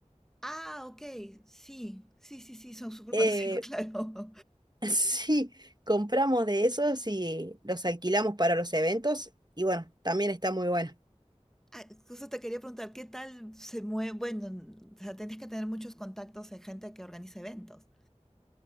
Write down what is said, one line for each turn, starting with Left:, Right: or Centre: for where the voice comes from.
Centre: Ah, ok, sí, sí, sí, sí, son súper
Right: Eh,
Centre: conocidos, <laughs> claro.
Right: <laughs> sí, compramos de esos y los alquilamos para los eventos y bueno, también está muy bueno.
Centre: Ah, justo te quería preguntar, ¿qué tal se mueve? Bueno, o sea, tienes que tener muchos contactos en gente que organiza eventos.